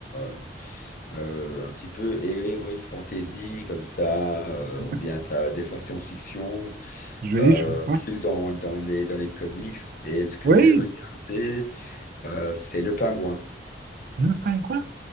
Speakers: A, on the left (about 50°); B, on the right (about 55°).
A: euh, euh, un petit peu héroïque fantasy, comme ça, euh,
B: Oui.
A: ou bien t'as des fois science-fiction,
B: Je vais,
A: euh,
B: je vois ça.
A: plus dans, dans les, dans les comics. Et ce que
B: Oui.
A: j'ai regardé, euh, c'est Le Pingouin.
B: Le pain quoi?